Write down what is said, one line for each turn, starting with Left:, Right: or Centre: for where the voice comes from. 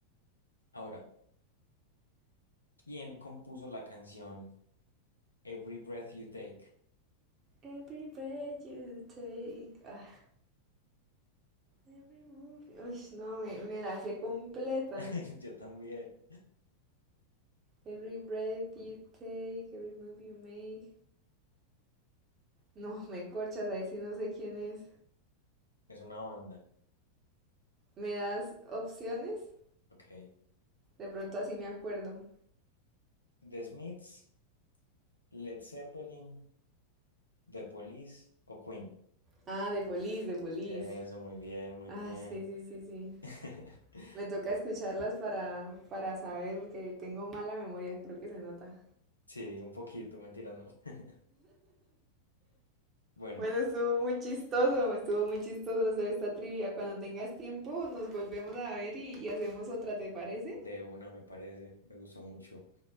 Left: ahora. ¿Quién compuso la canción Every Breath You Take?
Right: Every breath you take. ah, every move. Uy, no, me, me la sé completa.
Left: <laughs> Yo también.
Right: Every breath you take, every move you make. No, me corchas, ahí sí no sé quién es.
Left: Es una banda.
Right: ¿Me das opciones?
Left: Ok.
Right: De pronto así me acuerdo.
Left: The Smiths, Led Zeppelin, The Police o Queen.
Right: Ah, de Police, de Police.
Left: Eso, muy bien, muy
Right: Ah,
Left: bien.
Right: sí, sí, sí, sí.
Left: <laughs>
Right: Me toca escucharlas para, para saber, porque tengo mala memoria, creo que se nota.
Left: Sí, un poquito, mentira, no. <laughs> Bueno,
Right: Bueno, estuvo muy chistoso, estuvo muy chistoso hacer esta trivia. Cuando tengas tiempo, nos volvemos a ver y, y hacemos otra, ¿te parece?
Left: de una me parece. Me gustó mucho.